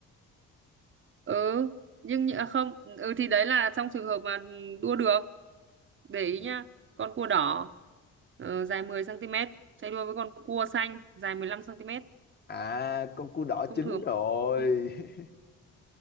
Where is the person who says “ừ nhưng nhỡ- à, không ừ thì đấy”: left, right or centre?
Right